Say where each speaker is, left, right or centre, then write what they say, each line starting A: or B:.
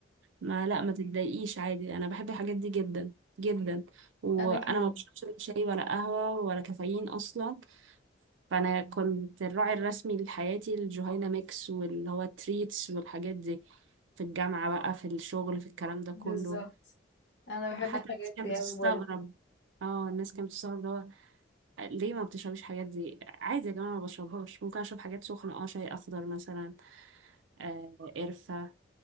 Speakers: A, on the right (about 80°); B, on the left (about 60°).
A: ما لا ما تتضايقيش عادي أنا بحب الحاجات دي جدا جدا وأنا
B: انا كمان
A: ما بشربش لا شاي ولا قهوة ولا كافيين أصلا فأنا كنت الراعي الرسمي لحياتي الجهينة ميكس واللي هو التريتس والحاجات دي في الجامعة بقى في الشغل في الكلام ده
B: بالظبط
A: كله
B: انا بحب
A: حتى
B: الحاجات
A: الناس كانت
B: دي
A: بتستغرب
B: قوي برضه
A: اه الناس كانت بتستغرب ليه ما بتشربيش الحاجات دي عادي يا جماعة ما بشربهاش ممكن اشرب حاجات سخنة اه شاي اخضر مثلا آه قرفة